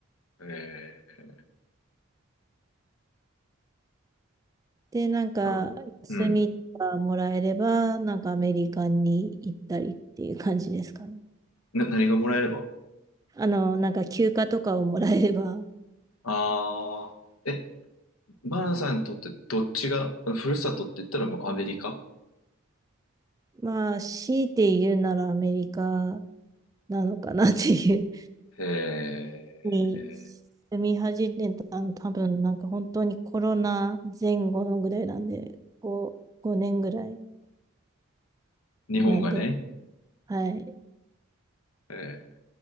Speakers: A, on the left; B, on the right.
A: え
B: で、なんか、
A: ー、なんか、
B: 休みがもらえれば、
A: うん。
B: なんかアメリカに行ったりっていう感じですかね。
A: な、何がもらえれば
B: あの、なんか休暇とかをもらえれば、
A: ああー、え、バナさんにとってどっちが、ふるさとって言ったらもうアメリカ
B: まあ、強いて言うならアメリカなのかなっていう
A: へ
B: に、
A: え、
B: 住み始めたの多分、なんか本当にコロナ前後のぐらいなんで、こう、5年ぐらい
A: 日本がね。
B: なんで、はい。
A: へ